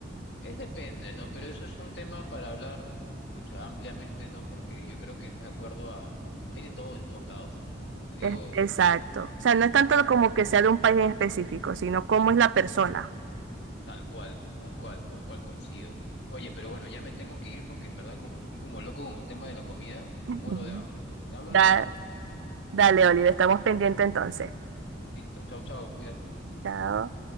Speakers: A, on the left; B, on the right.
A: es depende, ¿no? Pero eso es un tema para hablar, pucha, ampliamente, ¿no? Porque yo creo que es de acuerdo a... Hay de todo en todos lados. O sea, te digo...
B: Es- exacto. O sea, no es tanto como que sea de un país en específico, sino cómo es la persona.
A: Tal cual, tal cual, tal cual coincido. Oye, pero bueno, ya me tengo que ir porque en verdad como estoy como loco con el tema de la comida, me
B: Ujú.
A: muero de hambre. Te hablo
B: Da-
A: al rato, ¿te parece?
B: dale, Oliver, estamos pendientes entonces.
A: Listo, chao, chao, cuídate.
B: Chao.